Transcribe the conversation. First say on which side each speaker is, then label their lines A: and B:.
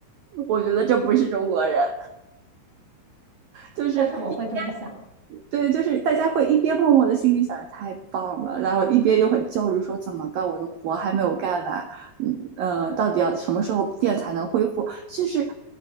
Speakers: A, on the right (about 60°); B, on the right (about 25°).
A: 我觉得这不是中国人。就是一边
B: 但是我会这么想，
A: 对，就是大家会一边默默的心里想着太棒了，然后一边又很焦虑说怎么办，我的活还没有干完，嗯呃，到底要什么时候店才能恢复？就是